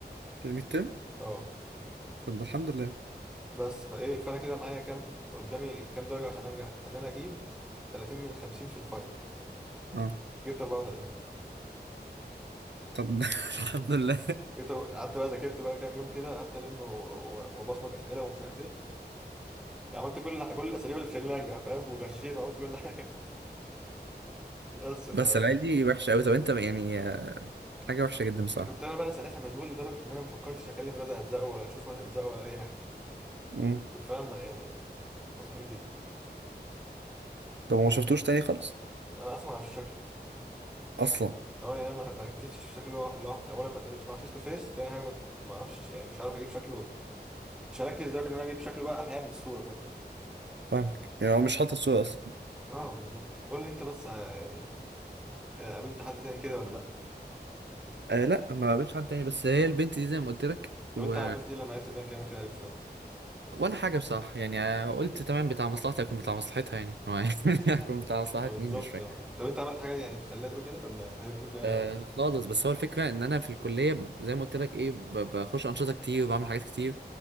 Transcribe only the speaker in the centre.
اه
بس فايه فانا كده معايا كام قدامي كام درجه عشان انجح ان انا اجيب 30 من 50 في الفاينل
جبت 34
جبت أربعة- قعدت بقى ذاكرت بقى كام يوم كده قعدت الم و- و- وبصمج اسئله ومش عارف ايه عملت كل كل الاساليب اللي تخليني انجح فاهم وغشيت وعملت كل حاجه <laughs> بس فكنت
انا بقى ساعتها مشغول لدرجه ان انا ما فكرتش اكلم الواد هزقه ولا اشوفه هزقه ولا اي حاجه
كنت فعلا يعني مسحول جدا
وانا اصلا ما اعرفش
اه يعني انا ما ما ركزتش في شكله اللي هو اولا ما اتقابلتش معاه فيس تو فيس تاني حاجه ما ما اعرفش مش عارف اجيب شكله مش هركز لدرجه ان انا اجيب شكله بقى احيانا من الصوره فاهم
اه بالظبط قول لي انت بس آه، يعني، آه، قابلت حد تاني كده ولا لا
طب
انت عملت ايه لما عرفت ان هي كلامك كده عليك في ده
آه، بالظبط
اه طب انت عملت حاجه يعني تخليها تقول كده ولا هي بتقول كده